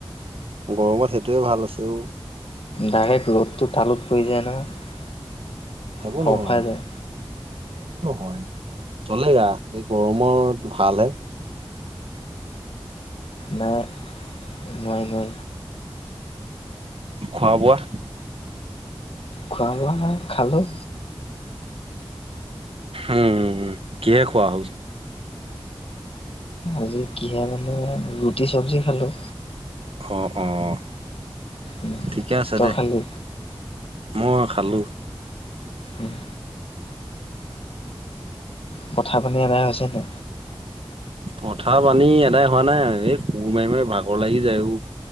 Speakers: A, on the right (about 75°); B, on the left (about 75°).
A: গৰমত সেইটোৱে ভাল আছে অ'।
B: ডাইৰেক্ট ৰ'দটো তালুত পৰি যায় নহয়?
A: একো
B: ফৰফৰাই
A: নহয়।
B: যায়
A: একো নহয় চলেগা, এই গৰমত ভালহে।
B: নাই নোৱাৰি নোৱাৰি।
A: খোৱা বোৱা?
B: খোৱা বোৱা নাই, খালোঁ।
A: উম, কিহেৰে খোৱা হ'ল?
B: আজি কিহে মানে ৰুটি চব্জি খালোঁ।
A: অ' অ'
B: উম,
A: ঠিকে আছে
B: তই
A: দে।
B: খালি
A: মই খালোঁ
B: উম, পথা পানী এদাই হৈছেতো
A: পথাৰ পানী এদাই হোৱা নাই এই কোৰ মাৰি মাৰি ভাগৰ লাগি যায় ও